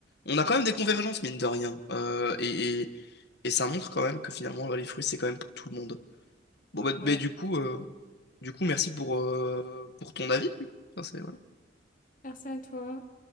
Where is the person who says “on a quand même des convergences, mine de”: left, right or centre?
Left